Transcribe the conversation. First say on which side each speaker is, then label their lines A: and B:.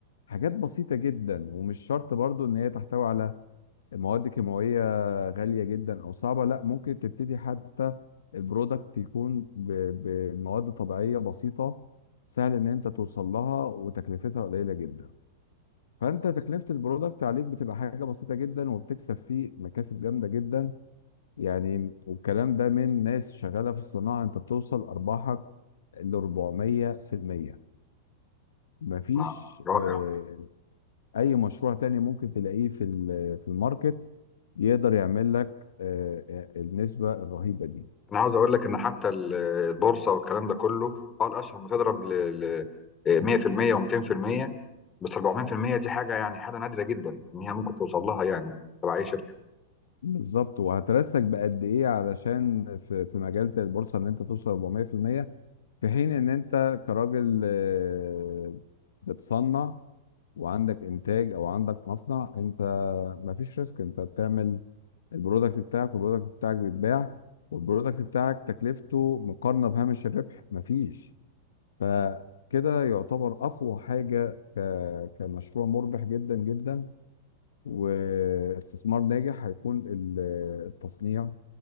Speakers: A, on the left; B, on the left.
A: حاجات بسيطة جدا ومش شرط برضو ان هي تحتوي على مواد كيماوية غالية جدا أو صعبة لا ممكن تبتدي حتى البرودكت يكون ب- بمواد طبيعية بسيطة سهل إن أنت توصل لها وتكلفتها قليلة جدا فأنت تكلفة البرودكت عليك بتبقى حاجة بسيطة جدا وبتكسب فيه مكاسب جامدة جدا يعني والكلام ده من ناس شغالة في الصناعة أنت بتوصل أرباحك ل 400% مفيش
B: مع- رائع
A: آه، اي مشروع تاني ممكن تلاقيه في ال- في الماركت يقدر يعمل لك آه، آه، النسبة الرهيبة دي
B: انا عاوز اقول لك ان حتى ال- البورصه والكلام ده كله اه الاسهم بتضرب ل 100% و200% بس 400% دي حاجه يعني حاجه نادره جدا ان هي ممكن توصل لها يعني تبع اي شركه
A: بالظبط وهترسك بقد ايه علشان في في مجال زي البورصة ان انت توصل 400% في المية، في حين ان انت كراجل آه، بتصنع وعندك انتاج او عندك مصنع انت مفيش ريسك انت بتعمل البرودكت بتاعك والبرودكت بتاعك بيتباع والبرودكت بتاعك تكلفته مقارنة بهامش الربح مفيش فكده يعتبر اقوى حاجه ك- كمشروع مربح جدا جدا واستثمار ناجح هيكون ال- التصنيع